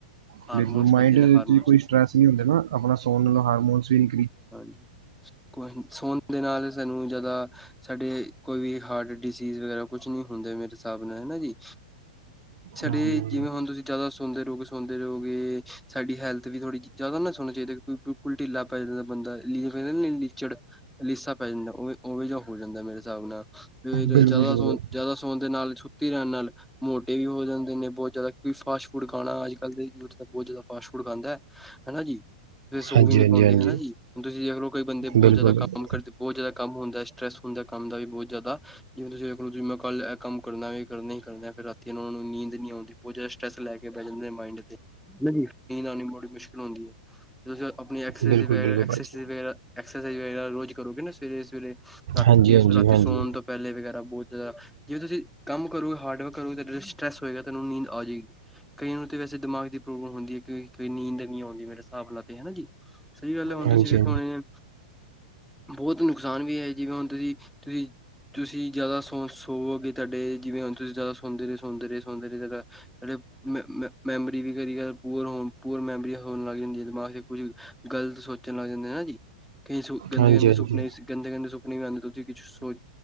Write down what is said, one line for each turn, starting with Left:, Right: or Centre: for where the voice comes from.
Centre: ਹਾਰਮੋਨਸ
Right: ਕਿ ਮਾਇੰਡ
Centre: ਵੱਧਦੇ ਨੇ
Right: ਵਿਚ
Centre: ਹਾਰਮੋਨਸ
Right: ਕੋਈ ਰੇਸ਼ਮੀਨ ਹੁੰਦੇ ਨਾ, ਆਪਣਾ ਸੌਣ ਨਾਲ ਹਾਰਮੋਨ ਇਰੀ,
Centre: ਹਾਂਜੀ, ਸੋਣ ਦੇ ਨਾਲ ਸਾਨੂੰ ਜਿਆਦਾ ਸਾਡੇ ਕੋਈ ਵੀ ਹਾਰਟ ਡਿਸੀਜ਼ ਵਗੈਰਾ, ਕੁੱਛ ਨੀ ਹੁੰਦੇ ਮੇਰੇ ਹਿਸਾਬ ਨਾਲ ਹਨਾ ਜੀ। ਸਾਡੇ
Right: ਹਾਂਜੀ।
Centre: ਜਿਵੇਂ ਹੁਣ ਤੁਸੀਂ, ਜ਼ਿਆਦਾ ਸੋਂਦੇ ਰੋਗੇ-ਸੋਂਦੇ ਰੋਗੇ ਸਾਡੀ ਹੈਲਥ ਵੀ ਥੋੜ੍ਹੀ ਜ਼ਿਆਦਾ ਨਾ ਸੋਣਾ ਚਾਹੀਦਾ ਬਿ ਬਿਲਕੁਲ ਢਿੱਲਾ ਪੈ ਜਾਂਦਾ। ਬੰਦਾ ਲੀ ਕਹਿੰਦਾ ਲੀਚੜ ਲੀਸਾ ਪੈ ਜਾਂਦਾ ਉਹ ਉਹਵੇ ਜਿਹਾ ਹੋ ਜਾਂਦਾ ਮੇਰੇ ਹਿਸਾਬ ਨਾਲ ਫੇਰ
Right: ਬਿਲਕੁਲ
Centre: ਜ਼ਿਆਦਾ-
Right: ਬਿਲਕੁਲ
Centre: ਜ਼ਿਆਦਾ ਸੌਣ ਦੇ ਨਾਲ ਸੁੱਤੀ ਰਹਿਣ ਨਾਲ ਮੋਟੇ ਵੀ ਹੋ ਜਾਂਦੇ ਨੇ, ਬਹੁਤ ਜ਼ਿਆਦਾ ਫਾਸਟ -ਫੂਡ ਖਾਣਾ ਅਜ- ਕੱਲ ਦੇ ਯੂਥ ਬਹੁਤ ਜ਼ਿਆ ਫਾਸਟ ਫੂਡ ਖਾਂਦਾ ਹੈ। ਹਨਾ ਜੀ ਫਿਰ ਸੌ
Right: ਹਾਂਜੀ
Centre: ਵੀ ਨੀ
Right: ਹਾਂਜੀ
Centre: ਪਾਂਦੇ
Right: ਹਾਂਜੀ
Centre: ਹਨਾ ਜੀ। ਹ ਤੁਸੀਂ ਦੇਖ ਲੋ ਕੋਈ ਬੰਦੇ ਬਹੁਤ
Right: ਬਿਲਕੁਲ
Centre: ਜ਼ਿਆਦਾ ਕੰਮ
Right: ਬਿਲਕੁਲ
Centre: ਕਰਦੇ, ਬਹੁਤ ਜ਼ਿਆਦਾ ਕੰਮ ਹੁੰਦਾ ਸਟਰ੍ਰੈਸ ਹੁੰਦਾ ਕੰਮ ਦਾ ਵੀ, ਬਹੁਤ ਜ਼ਿਆਦਾ ਜਿਵੇਂ ਤੁਸੀ ਵੇਖ ਲੋ ਜਿਵੇਂ ਕੱਲ ਇਹ ਕੰਮ ਕਰਨਾ ਵੀ ਕਰਨਾ ਹੀ ਕਰਨਾ ਫਿਰ ਰਾਤੀ ਨੂੰ ਉਹ ਨੂੰ ਨੀਂਦ ਨੀ ਆਉਂਦੀ ਬਹੁਤ ਜ਼ਿਆਦਾ ਸਟਰੈਸ ਲੈ ਕੇ ਬੈ ਜਾਂਦੇ ਮਾਇੰਡ ਤੇ ਤੇ ਨਹੀਂ ਨੀਂਦ ਆਉਣੀ ਬੜੀ ਮੁਸ਼ਕਿਲ ਹੁੰਦੀ ਤੁਸੀਂ ਆਪਣੀ ਐਕਰਸ
Right: ਬਿਲਕੁਲ
Centre: ਗੈ
Right: ਬਿਲਕੁਲ ਭਾਜੀ
Centre: ਜਿਵੇ ਐਕਸਰਸਾਈਜ਼ ਵਗੈਰਾ ਰੋਜ਼ ਕਰੋਗੇ ਨਾ ਸਵੇਰੇ -ਸਵੇਰੇ
Right: ਹਾਂਜੀ
Centre: ਰਾਤੀ
Right: ਹਾਂਜੀ ਹਾਂਜੀ
Centre: ਸੋਣ ਤੋਂ ਪਹਿਲੇ ਵਗੈਰਾ ਬਹੁਤ ਜ਼ਿਆਦਾ ਜਿਵੇਂ ਤੁਸੀਂ ਕੰਮ ਕਰੋਗੇ ਹਾਰਡਵਰਕ ਕਰੋਗੇ ਤਾਂ ਸਟਰੈਸ ਹੋਏਗਾ ਤੁਹਾਨੂੰ ਨੀਂਦ ਆ ਜਾਏਗੀ। ਕਈ ਨੂੰ ਤੇ ਵਸੇ ਦਿਮਾਗ ਦੀ ਪ੍ਰੋਬਲਮ ਹੁੰਦੀ ਹੈ ਕਿ, ਕਈਆ ਨੂੰ ਨੀਦ ਨਹੀਂ ਆਉਂਦੀ, ਮੇਰੇ ਹਿਸਾਬ ਨਾਲ ਤੇ ਹਨਾ ਜੀ ਸਹੀ ਗੱਲ ਹੈ, ਹੁਣ
Right: ਹਾਂਜੀ
Centre: ਤੁਸੀਂ ਵੇਖੋ
Right: ਹਾਂਜੀ
Centre: ਹੁਣੇ ਬਹੁਤ ਨੁਕਸਾਨ ਵੀ ਹੈ ਜਿਵੇਂ ਹੁਣ ਤੁਹੀ- ਤੁਹੀ ਤੁਸੀਂ ਜ਼ਿਆਦਾ ਸੋ ਸੋਵੋਂਗੇ ਤੁਹਾਡੇ ਜਿਵੇਂ ਹੁਣ ਤੁਸੀਂ ਜ਼ਿਆਦਾ ਸੁਣਦੇ ਰਹੇ-ਸੁਣਦੇ ਰਹੇ-ਸੁਣਦੇ ਰਹੇ। ਸਾੇ ਮ ਮੈਮਰੀ ਵੀ ਕਰੀ ਪ ਪੳਅਰ ਮੈਮਰੀ ਹੋਣ ਲੱਗ ਜਾਂਦੀ ਹੈ ਦਿਮਾਗ 'ਚ ਕੁਝ ਗਲਤ ਸੋਚਣ ਲੱਗ ਜਾਂਦੇ ਨਾ ਜੀ ਕਈ ਗੰਦੇ-ਗੰਦੇ
Right: ਹਾਂਜੀ
Centre: ਸੁਪਨੇ ਗੰਦੇ, ਗੰਦੇ ਸੁਪਨੇ ਵੀ, ਆਉਂਦੇ ਤੁਸੀਂ ਛ ਸੋਚ